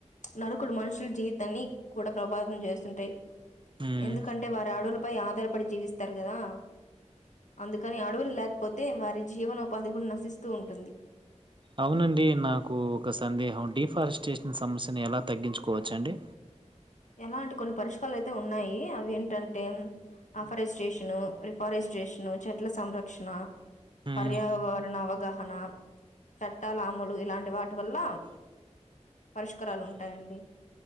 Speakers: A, on the left; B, on the right.
A: నరుకుడు మనుషులు జీవితాన్ని కూడా ప్రభావితం చేస్తుంటాయి
B: ఉమ్
A: ఎందుకంటే వారు అడవులపై ఆధారపడి జీవిస్తారు కదా అందుకని అడవులు లేకపోతే వారి జీవనోపాధి కూడా నశిస్తూ ఉంటుంది
B: అవునండి నాకు ఒక సందేహం డిఫారెస్టేషన్ సమస్యను ఎలా తగ్గించుకోవచ్చ అండి
A: ఎలాంటే కొన్ని పరిష్కాలు అయితే ఉన్నాయి అవి ఏంటంటే అఫారెస్ట్రేషన్
B: ఉమ్
A: రిఫారెస్ట్రేషన్ చెట్ల సంరక్షణ
B: ఉమ్
A: పర్యావరణ అవగాహనా చట్టాల అమలు ఇలాంటి వాటి వల్ల పరిష్కారాలు ఉంటాయండి